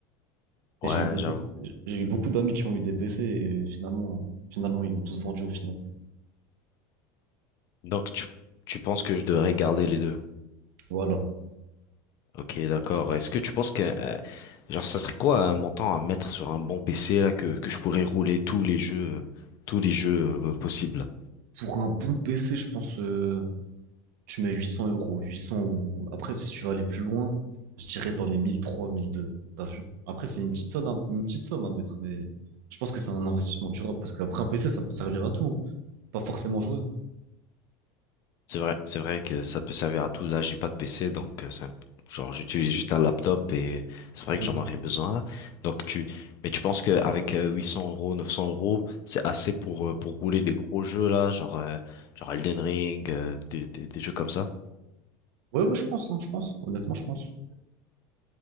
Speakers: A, on the left (about 40°); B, on the right (about 75°).
A: Ouais,
B: Et j'ai eu beaucoup,
A: j'avoue.
B: de- j'ai eu beaucoup d'amis qui ont eu des PC et finalement, finalement, ils l'ont tous vendu au final.
A: Donc tu, tu penses que je devrais garder les deux.
B: Voilà.
A: Ok, d'accord. Est-ce que tu penses que euh, genre ça serait quoi un montant à mettre sur un bon PC là que, que je pourrais rouler tous les jeux tous les jeux euh, possibles?
B: Pour un bon PC, je pense, euh, tu mets 800 euros, 800 ou... Après, si tu veux aller plus loin, je dirais dans les 1003, 1002, t'as vu? Après, c'est une petite somme, à- une petite somme à mettre, mais je pense que c'est un investissement durable, parce qu'après un PC, ça peut servir à tout, hein. pas forcément jouer.
A: C'est vrai, c'est vrai que ça peut servir à tout. Là, j'ai pas de PC, donc euh, c'est un- genre j'utilise juste un laptop et c'est vrai
B: Mhm.
A: que j'en aurais besoin là. Donc tu, mais tu penses qu'avec 800 euros, 900 euros, c'est assez pour euh, pour rouler des gros jeux là, genre euh, genre Elden Ring, euh, des, des des jeux comme ça?
B: Ouais, ouais, je pense, hein, je pense, honnêtement, je pense.